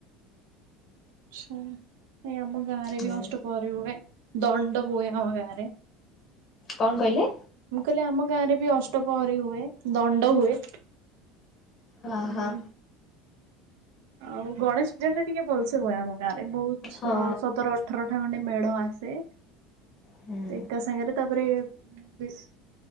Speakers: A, on the right; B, on the left.
A: ଆଚ୍ଛା ନାଇ ଆମ ଗାଁରେ
B: ହୁଁ।
A: ବି ଅଷ୍ଟପହଁରି ହୁଏ ଦଣ୍ଡ ହୁଏ ଆମ ଗାଁ ରେ।
B: କଣ କହିଲେ?
A: ମୁଁ କହିଲି ଆମ ଗାଁ ରେ ବି ଅଷ୍ଟପହରୀ ହୁଏ ଦଣ୍ଡ ହୁଏ।
B: ହଁ
A: ଉଁ
B: ହଁ।
A: ଆଉ ଗଣେଶ ପୂଜାଟା ଟିକେ ଭଲସେ ହୁଏ ଆମ ଗାଁ ରେ, ବହୁତ
B: ହଁ।
A: ଅ ସତର ଅ ଅଠରଟା ଖଣ୍ଡେ ମେଢ ଆସେ,
B: ହୁଁ।
A: ଏକା ସାଙ୍ଗରେ ତାପରେ ବେଶ୍